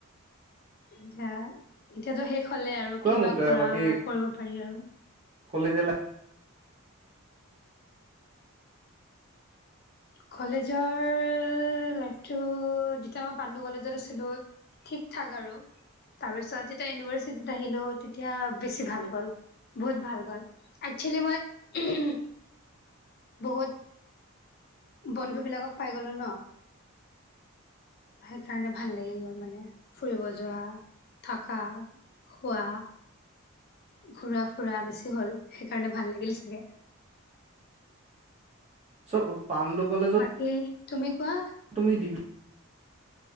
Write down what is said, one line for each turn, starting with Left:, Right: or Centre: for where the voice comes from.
Left: এতিয়া, এতিয়াতো শেষ হ'লে আৰু?
Right: কোৱা
Left: কিবা
Right: মোক
Left: কৰা,
Right: বাকী
Left: কৰিব পাৰি আৰু?
Right: কলেজীয়া লা
Left: কলেজৰ লাইফটো! যেতিয়া মই পাণ্ডু কলেজত আছিলোঁ ঠিক থঠাক আৰু। তাৰ পিছত, যেতিয়া ইউনিভাৰ্চিটিত আহিলোঁ, তেতিয়া বেছি ভাল গ'ল। বহুত ভাল গ'ল। একচ্ছলি মই বহুত বন্ধু বিলাকক পাই গ'লো ন?
Right: উ
Left: সেইকাৰণে ভাল লাগি গ'ল মানে, ফুৰিব যোৱা। থা, খোৱা। ঘুৰা ফুৰা বেছি হ'ল, সেইকাৰণে ভাল লাগিল চাগে।
Right: চ' পাণ্ডু কলেজত
Left: বাকী তুমি কোৱা
Right: তুমি ডিগ্ৰী